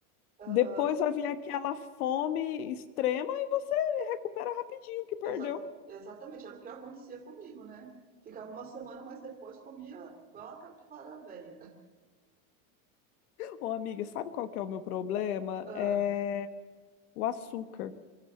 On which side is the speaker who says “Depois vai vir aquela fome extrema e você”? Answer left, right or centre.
Left